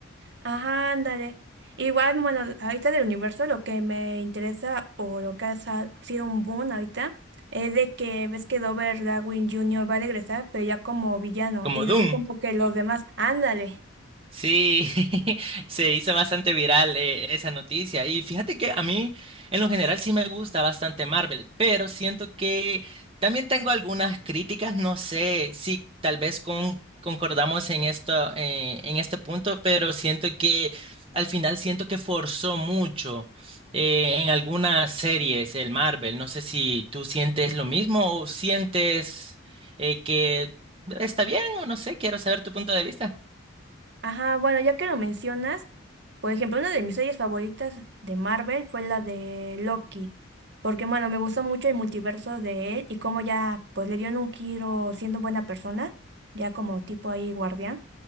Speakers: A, on the right (about 55°); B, on the right (about 25°).
A: Ajá, ándale. Igual, bueno, ahorita del universo lo que me interesa o lo que ha sa- sido un boom ahorita es de que ves que Robert Darwin junior va a regresar, pero ya como villano,
B: Como
A: y de
B: Doom.
A: ahí como que los demás, ándale.
B: Sí, <laughs> se hizo bastante viral eh, esa noticia. Y fíjate que a mí, en lo general, sí me gusta bastante Marvel, pero siento que también tengo algunas críticas. No sé si tal vez con- concordamos en esto, eh, en este punto, pero siento que al final siento que forzó mucho eh, en algunas series el Marvel. No sé si tú sientes lo mismo o sientes eh, que está bien o no sé. Quiero saber tu punto de vista.
A: Ajá, bueno, ya que lo mencionas, por ejemplo, una de mis series favoritas de Marvel fue la de Loki, porque bueno, me gustó mucho el multiverso de él y cómo ya pues le dieron un giro siendo buena persona, ya como tipo ahí guardián,